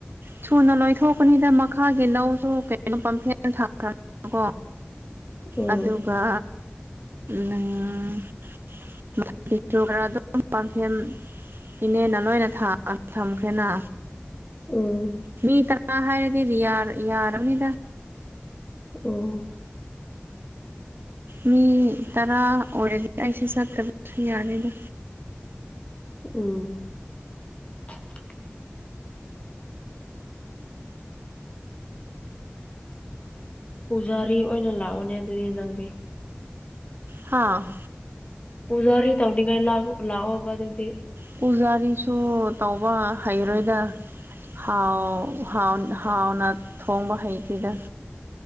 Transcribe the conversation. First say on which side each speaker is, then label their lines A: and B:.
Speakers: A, on the right; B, on the left.
A: ꯊꯨꯅ ꯂꯣꯏꯊꯣꯛꯀꯅꯤꯗ ꯃꯈꯥꯒꯤ ꯂꯧꯁꯨ ꯀꯩꯅꯣ ꯄꯝꯐꯦꯠꯅ ꯊꯥꯈ꯭ꯔ__ ꯀꯣ
B: ꯎꯝ
A: ꯑꯗꯨꯒ ꯅꯪ <unintelligible> <unintelligible> ꯈꯔ ꯑꯗꯨꯝ ꯄꯥꯝꯐꯦꯝ ꯏꯅꯦꯅ ꯂꯣꯏꯅ ꯊꯥ__ <unintelligible> ꯊꯝꯈ꯭ꯔꯦꯅꯥ
B: ꯎꯝ
A: ꯃꯤ ꯇꯔꯥ ꯍꯥꯏꯔꯗꯤ ꯔꯤꯌꯥ ꯌꯥꯔꯕꯅꯤꯗ
B: ꯎꯝ
A: ꯃꯤ ꯇꯔꯥ ꯑꯣꯏꯔꯗꯤ ꯑꯩꯁꯦ ꯆꯠꯇꯨꯕꯁꯨ ꯌꯥꯔꯅꯤ
B: ꯎꯝ <unintelligible> ꯄꯨꯖꯥꯔꯤ ꯑꯣꯏꯅ ꯂꯥꯛꯑꯣꯅꯦ ꯑꯗꯨꯗꯤ ꯅꯪꯗꯤ
A: ꯍꯥꯥ
B: ꯄꯨꯖꯥꯔꯤ ꯇꯧꯅꯤꯉꯥꯏ ꯂꯥꯛ ꯂꯥꯎꯑꯣꯕ ꯑꯗꯨꯗꯤ
A: ꯄꯨꯖꯥꯔꯤꯁꯨ ꯇꯧꯕ ꯍꯩꯔꯣꯏꯗ ꯍꯥꯎ <unintelligible> ꯍꯥꯎꯟ ꯍꯥꯎꯅ ꯊꯣꯡꯕ ꯍꯩꯇꯦꯗ